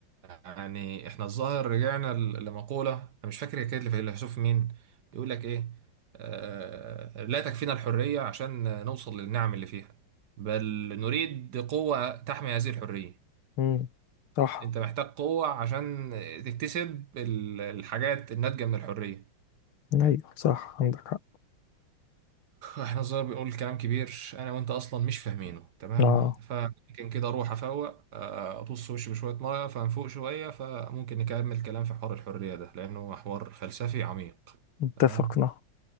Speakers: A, on the right; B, on the left.
A: يعني احنا الظاهر رجعنا ل- لمقولة انا مش فاكر هي كانت لفيلسوف مين بيقول لك ايه آه لا تكفينا الحرية عشان نوصل للنعم اللي فيها بل نريد قوة تحمي هذه الحرية
B: امم صح
A: انت محتاج قوة عشان تكتسب ال- الحاجات الناتجة من الحرية
B: ايوه صح عندك حق
A: احنا صغير بيقول كلام كبير انا وانت اصلا مش فاهمينه تمام
B: اه
A: فممكن كده اروح افوق آه، ابص وشي بشوية مية فنفوق شوية فممكن نكمل كلام في حوار الحرية ده لانه حوار فلسفي عميق
B: اتفقنا
A: تمام